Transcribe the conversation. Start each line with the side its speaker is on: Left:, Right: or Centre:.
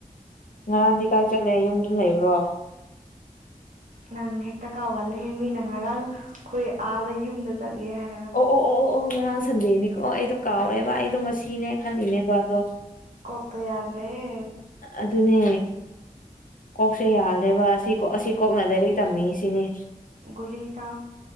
Left: ꯉꯔꯥꯡꯗꯤ ꯀꯥꯏ ꯆꯠꯂꯦ ꯌꯨꯝꯗꯨꯝ ꯂꯩꯕ꯭ꯔꯣ
Right: ꯅꯪ ꯍꯦꯛꯇ ꯀꯥꯎꯒꯂꯦ ꯃꯤꯅ ꯉꯔꯥꯡ ꯑꯩꯈꯣꯏ ꯑꯥꯗ ꯌꯨꯝꯗ ꯆꯠꯂꯦ ꯍꯥꯏꯔ
Left: ꯑꯣ ꯑꯣ ꯑꯣ ꯑꯣ ꯑꯣꯍ ꯉꯔꯥꯡ ꯁꯟꯗꯦꯅꯤꯀꯣ ꯑꯣ ꯑꯩꯗꯣ ꯀꯥꯎꯔꯦꯕ ꯑꯩꯗꯣ ꯃꯁꯤꯅꯦ ꯈꯜꯂꯤꯅꯦꯕ ꯑꯗꯣ
Right: ꯀꯣꯀꯇꯣ ꯌꯥꯗ꯭ꯔꯦ ꯍꯦ
Left: ꯑꯗꯨꯅꯦ ꯀꯣꯛꯁꯦ ꯌꯥꯗ꯭ꯔꯦꯕ ꯑꯁꯤ ꯑꯁꯤ ꯀꯣꯛꯅ ꯂꯥꯏꯔꯤꯛ ꯇꯝꯃꯤ ꯁꯤꯅꯤ
Right: ꯒꯨꯂꯤ ꯆꯥꯎ